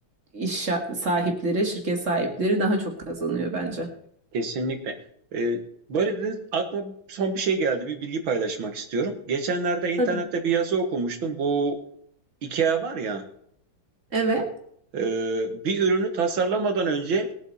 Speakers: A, on the right; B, on the right.
A: iş şa- sahipleri, şirket sahipleri daha çok kazanıyor bence.
B: Kesinlikle. E, böyle dediniz aklıma son bir şey geldi. Bir bilgi paylaşmak istiyorum. Geçenlerde internette
A: Tabii.
B: bir yazı okumuştum. Bu IKEA var ya
A: Evet.
B: Ee, bir ürünü tasarlamadan önce